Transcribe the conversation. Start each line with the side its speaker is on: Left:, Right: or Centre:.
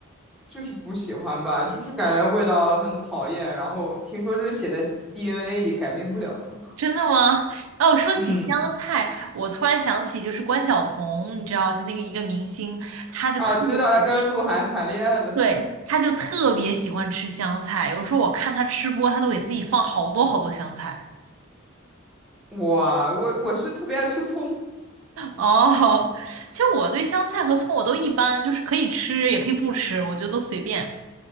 Centre: 就是不喜欢吧，就是感觉味道很讨厌。然后听说这是写在 DNA 里改变不了的。
Right: 真的吗？哦，说起香菜，
Centre: 嗯，
Right: 我突然想起就是关晓彤，你知道，就那个一个明星，她就特别，
Centre: 啊，知道他跟鹿晗谈恋爱的。
Right: 对，她就特别喜欢吃香菜。有时候我看她吃播，她都给自己放好多好多香菜。
Centre: 哇，我我是特别爱吃葱
Right: 哦，其实我对香菜和葱我都一般，就是可以吃也可以不吃，我觉得都随便，